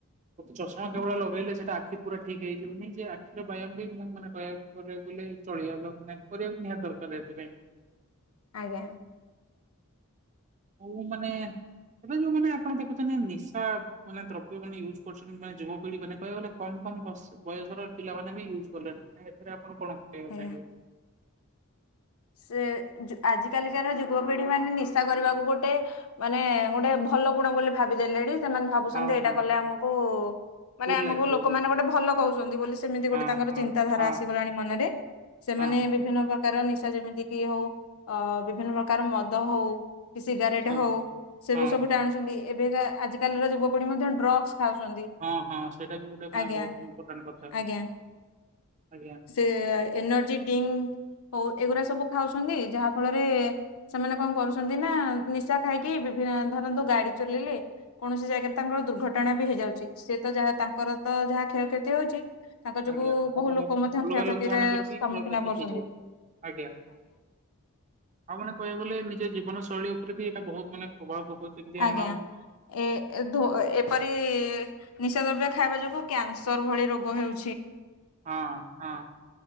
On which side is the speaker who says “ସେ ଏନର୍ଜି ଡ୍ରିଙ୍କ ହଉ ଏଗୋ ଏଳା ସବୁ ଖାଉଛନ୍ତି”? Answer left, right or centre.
Left